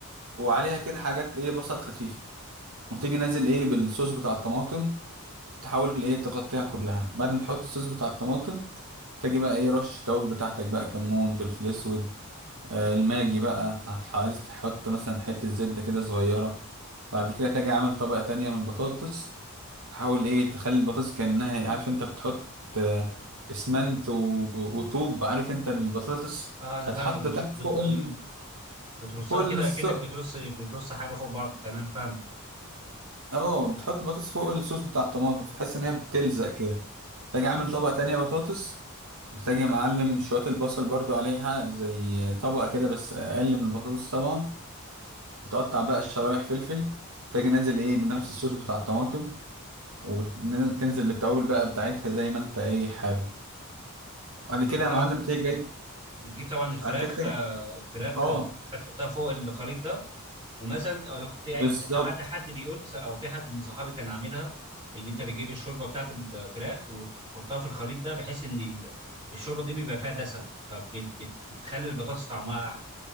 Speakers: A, on the right (about 80°); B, on the right (about 20°).
A: وعليها كده حاجات ايه بصل خفيفه وتيجي نازل ايه بالصوص بتاع الطماطم تحاول ايه تغطيها كلها بعد ما تحط الصوص بتاع الطماطم تاجي بقى ايه رش التوابل بتاعتك بقى كمون فلفل اسود آه الماجي بقى هتح- عايز تحط مثلا حته زبده كده صغيره بعد كده تاجي عامل طبقه تانية من البطاطس تحاول ايه تخلي البطاطس كأنها إيه، عارف انت بتحط آه، اسمنت وب- وطوب عارف انت البطاطس
B: اه انا
A: هتحط
B: فاهمك بتر...
A: تحت
B: بت...
A: فوق ال...
B: مم. بترصها
A: فوق الص...
B: كده كأنك بترص بترص حاجه فوق بعض تمام فاهم
A: اه بتحط البطاطس فوق الصوص بتاع الطماطم فتحس ان هي بتلزق كده تاجي عامل طبقة تانية بطاطس وتاجي معلم شوية البصل برضو عليها زي طبقة كده بس اقل من البطاطس طبعا بتقطع بقى شرايح فلفل تاجي نازل ايه بنفس الصوص بتاع الطماطم وتنزل بالتوابل بقى بتاعتها زي ما انت ايه حابب بعد
B: ودي
A: كده
B: طبعا
A: يا معلم تيجي جايب
B: بتجيب طبعا الفراخ
A: حكايتك
B: آه، الفراخ
A: اه
B: آه، تجيبها تحطها فوق الخليط ده ومثلا انا كنت عاي-
A: بالظبط
B: سمعت حد بيقول او في حد من صحابي كان عاملها ان انت بتجيب الشوربه بتاعت الفراخ وتحطها في الخليط ده بحيث ان ال- الشوربه دي بيبقى فيها دسم فبتخلي البطاطس طعمها احلى